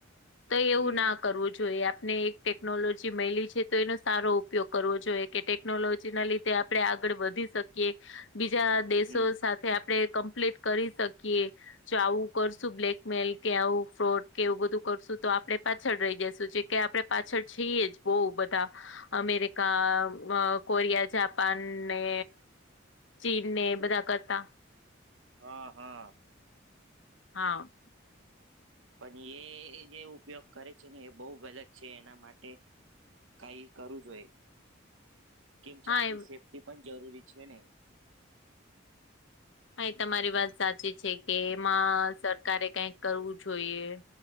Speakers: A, on the left; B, on the right.
A: <unintelligible> એવું
B: હમ
A: ના, કરવું જોઈએ આપણે એક ટેકનોલોજી મળલી છે તો એનો સારો ઉપયોગ કરવો જોઈએ કે ટેકનોલોજીના લી આપણેે આગળ વધી શકીએ બીજા દેશો
B: હમ
A: સાથે આપણે કમ્પ્લીટ. કરી શકીએ આવું કરશું બ્લેકમેલ કે આવું ફ્રોડ કે એવું બધું, કરશું તો આપણે પાછળ રહી જશું જે કે આપણે પાછળ છીએ જ બઉ બધા, અમેરિકા કોરિયા જાપાન ને, ચીનને બધા કરતા.
B: હા હા.
A: હા.
B: પણ એ જે ઉપયોગ કરે છે ને એ બહુ ગલત છે એના માટે, કાઈ કરું જોએ કે
A: હા એ
B: સેફ્ટી પણ જરૂરી છે ને.
A: હા એ તમારી વાત સાચી છે કે એમાં સરકારે, કઈક કરવું જોઈએ